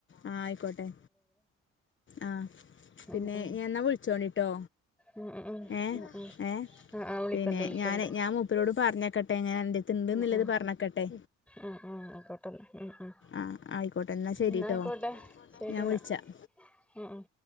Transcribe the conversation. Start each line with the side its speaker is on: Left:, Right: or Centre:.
Left: ആഹ് ആയിക്കോട്ടെ ആഹ് പിന്നെ
Centre: ഉം ഉം
Left: ഞാൻ എന്നാ വിളിച്ചോണ്ടിട്ടോ
Centre: ഉം ഉം ഉം
Left: ഏഹ്
Centre: ഉം ഉം
Left: ഏഹ്
Centre: ആഹ് ആഹ് വിളിക്കണ്ട്
Left: പിന്നെ
Centre: വിളിക്കണ്ട്
Left: ഞാന് ഞാൻ മൂപ്പിരോട് പറഞ്ഞക്കട്ടെ ങ്ങനെ അന്റടുത് ഇണ്ട്ന്ന്ള്ളത്
Centre: ഉം ഉം
Left: പറഞ്ഞക്കട്ടെ
Centre: ഉം ഉം ആയിക്കോട്ടും ഉം ഉം
Left: ആഹ് ആയിക്കോട്ടെ ന്നാ ശരിട്ടോ
Centre: എന്നാ ആയിക്കോട്ടെ ശരിന്നാ
Left: ഞാൻ വിളിച്ചാം
Centre: ഉം ഉം